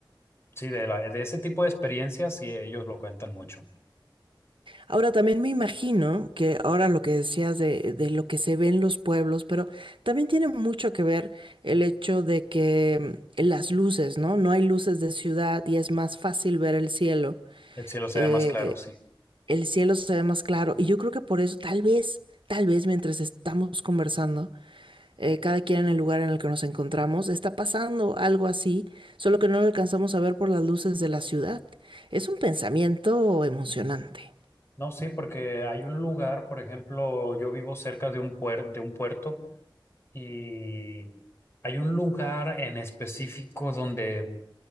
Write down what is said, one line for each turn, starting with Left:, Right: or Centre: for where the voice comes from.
Left: sí, de la, de ese tipo de experiencias sí ellos lo cuentan mucho.
Right: Ahora también me imagino que ahora lo que decías de, de lo que se ve en los pueblos, pero también tiene mucho que ver el hecho de que mm, las luces, ¿no? No hay luces de ciudad y es más fácil ver el cielo
Left: El cielo se
Right: Eh,
Left: ve más claro, sí.
Right: el cielo se ve más claro. Y yo creo que por eso, tal vez, tal vez mientras estamos conversando, eh, cada quien en el lugar en el que nos encontramos, está pasando algo así, solo que no lo alcanzamos a ver por las luces de la ciudad. Es un pensamiento emocionante.
Left: No, sí, porque hay un lugar, por ejemplo, yo vivo cerca de un puer- de un puerto y hay un lugar en específico donde